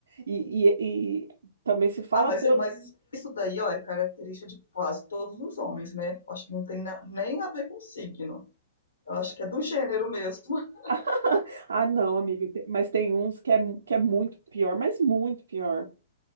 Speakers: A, on the right; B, on the left.
A: e, e, e também se fala
B: Ah, mas,
A: todo.
B: mas isso daí, ó, é característica de quase todos os homens, né? Eu Acho que não tem na- nem a ver com signo. Eu acho que é do gênero mesmo. <laughs>
A: <laughs> Ah, não, amiga, te- mas tem uns que é, mu- que é muito pior, mas muito pior.